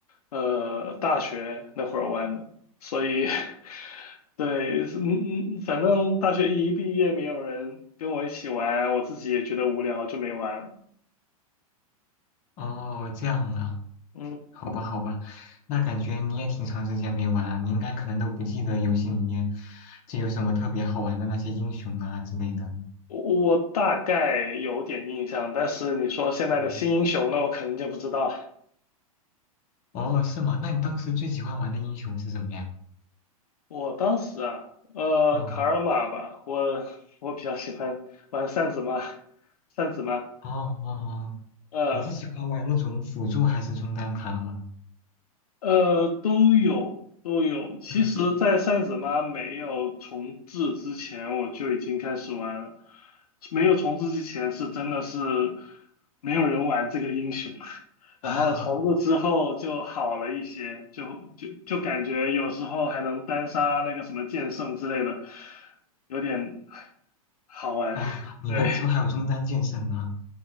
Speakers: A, on the left; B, on the left.
A: 呃大学那会儿玩的，所以 <laughs> 对，是嗯嗯，反正大学一毕业没有人跟我一起玩，我自己也觉得无聊，就没玩了。
B: 哦，这样啊，
A: 嗯。
B: 好吧好吧，
A: 嗯
B: 那感觉你也挺长时间没玩啊你应该可能都不记得游戏里面就有什么特别好玩的那些英雄啊之类的。
A: 我大概有点印象，但是你说现在的新英雄，
B: 嗯
A: 那我肯定就不知道。
B: 哦，是吗？那你当时最喜欢玩的英雄是什么呀？
A: 我当时啊，呃，
B: 嗯，
A: 卡尔玛吧，我我比较喜欢玩扇子妈，扇子妈，
B: 哦哦，哦
A: 呃。
B: 你是喜欢玩那种辅助还是中单卡吗？
A: 呃，都有都有。其实，
B: 嗯，
A: 在扇子妈没有重置之前，我就已经开始玩了。没有重置之前，是真的是没有人玩这个英雄。<laughs> 然后重置之后就好了一些，
B: <laughs>
A: 就就就感觉有时候还能单杀那个什么剑圣之类的，有点好玩。
B: 哦，
A: <laughs>
B: 你那个时候还有中单剑圣啊，
A: 对，